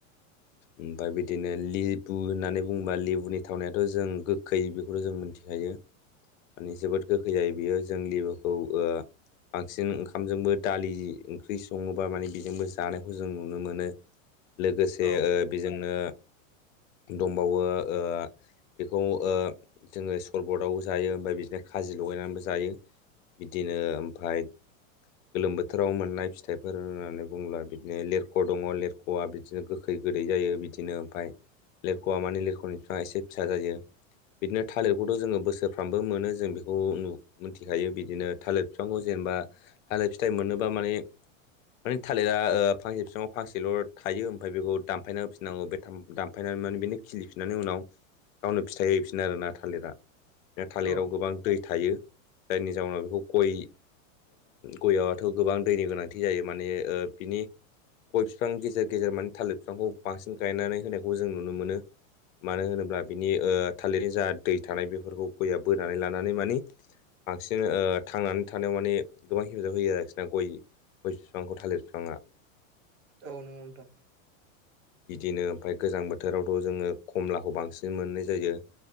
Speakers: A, on the left; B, on the right.
A: ओमफ्राय बिदिनो लेबु होननानै बुङोबा लेबुनि थावनायाथ' जों गो- गोखै बेखौथ' जों मिथिखायो माने जोबोद गोखै जायो बियो जों लिबुखौ बांसिन ओंखामजोंबो दालि ओंख्रि सङोबा माने बेजोंबो जानायखौ जों नुनो मोनो <inaudible> लोगोसे
B: औ
A: बेजोंनो दंबावो बेखौ जोङो सरबतआवबो जायो ओमफ्राय बिदिनो खाजि लगायनानैबो जायो बिदिनो ओमफ्राय गोलोम बोथोराव मोननाय फिथाइफोर होननानै बुङोबा बिदिनो लेरख' दङ लेरख' लेरखवा बिदिनो गोखै गोदै जायो बिदिनो ओमफ्राय लिरख'आ मानि लिरख'नि बिफांआ एसे फिसा जायो बिदिनो थालिरखौथ' जोङो बोसोरफ्रामबो मोनो जों बेखौ नु- मिथिखायो बिदिनो थालिर बिफांखौ जेनेबा थालिर फिथाइ मोननोबा माने माने थालिरा फांसे बिफाङाव फांसेल' थायो ओमफ्राय बेखौ दानफायना होफिननांगौ बे था- दानफायनानै माने बिनो खिलिफिननानै उनाव गावनो फिथाइ होहै फिनो आरोना थालिरा बिदिनो थालिराव
B: औ
A: गोबां दै थायो जायनि जाउनाव बेखौ गय गयावथ' गोबां दैनि गोनांथि जायो माने बिनि गय बिफां गेजेर गेजेर माने थालिर बिफांखौ बांसिन गायनानै होनायखौ जों नुनो मोनो मानो होनोब्ला बिनि थालिरनि जा दै थानाय बेफोरखौ गयआ बोनानै लानानै मानि बांसिन थांनानै थानायाव माने गोबां हेफाजाब होयो आरोखि ना गय गय बिफांखौ थालिर बिफांआ
B: औ नंगौ नोंथां
A: बिदिनो ओमफ्राय गोजां बोथोरावथ' जोङो कमलाखौ बांसिन मोननाय जायो